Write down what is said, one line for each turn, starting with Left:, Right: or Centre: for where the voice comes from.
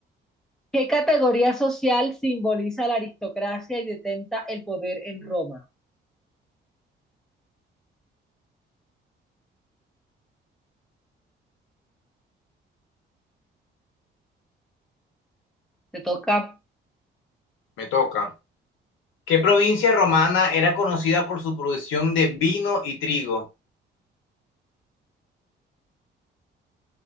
Centre: ¿qué categoría social simboliza la aristocracia y detenta el poder en Roma? Te toca.
Left: Me toca. ¿Qué provincia romana era conocida por su producción de vino y trigo?